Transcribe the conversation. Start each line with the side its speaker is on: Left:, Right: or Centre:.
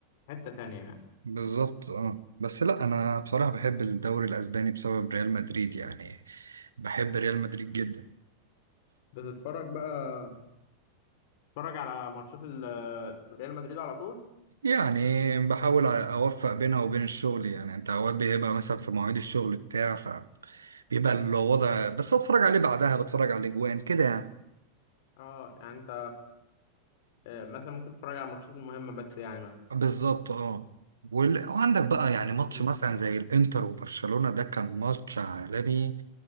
Left: حته تانية يعني
Right: بالظبط اه بس لا انا بصراحة بحب الدوري الاسباني بسبب ريال مدريد يعني بحب ريال مدريد جدا
Left: بتتفرج بقى تتفرج على ماتشات ال- ريال مدريد على طول
Right: يعني بحاول اوفق بينها وبين الشغل يعني انت اوقات بيبقى مثلا في مواعيد الشغل بتاع فبيبقى الوضع بس اتفرج عليه بعدها بتفرج على الاجوان كده يعني
Left: اه يعني انت آه، مثلا ممكن تتفرج على الماتشات المهمه بس يعني مثلا
Right: بالظبط اه وال- وعندك بقى يعني ماتش
Left: مم.
Right: مثلا زي الانتر وبرشلونة ده كان ماتش عالمي